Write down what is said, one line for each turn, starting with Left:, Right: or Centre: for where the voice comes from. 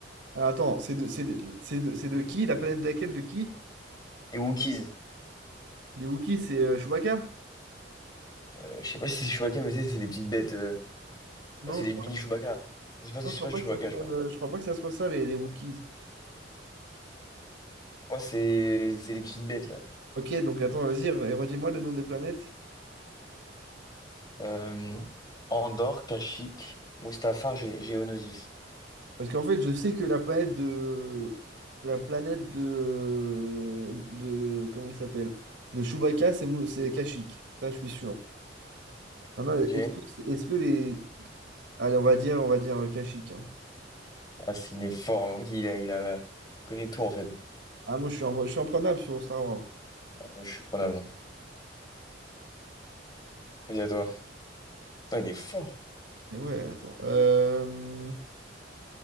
Right: Alors attends, c'est de, c'est de, c'est de, c'est de qui? La planète de laquelle de qui?
Left: Les Wookiees,
Right: Les Wookiees, c'est euh, Chewbacca?
Left: euh, je sais pas si c'est Chewbacca, mais c'est c'est les petites bêtes, euh,
Right: Non,
Left: bah, c'est
Right: je
Left: les
Right: crois,
Left: mini Chewbacca. C'est pas, c'est
Right: non, je crois
Left: pas
Right: pas
Left: Chewbacca,
Right: que ça soit,
Left: je pense.
Right: euh, je crois pas que ça soit ça, les, les Wookiees.
Left: Moi, c'est c'est les petites bêtes, là.
Right: Ok, donc attends, vas-y, re- redis-moi le nom des planètes.
Left: Euh, Andorre, Kashyyyk, Mustafar, Gé- Géonosis.
Right: Parce qu'en fait, je sais que la planète de. La planète de. de comment il s'appelle? De Chewbacca, c'est Mou- c'est Kashyyyk. Ça, je suis sûr. Maintenant,
Left: Ok.
Right: est-ce que, est-ce que les, Allez, on va dire, on va dire euh, Kashyyyk. hein.
Left: Ah, s'il est fort. En fait, il a, il a, il connaît tout, en fait.
Right: Ah, moi, je suis, en, je suis imprenable sur Star Wars.
Left: Ah, moi, je suis prenable. Vas-y, à toi. Putain, il est fort.
Right: Et ouais, attends. Euh,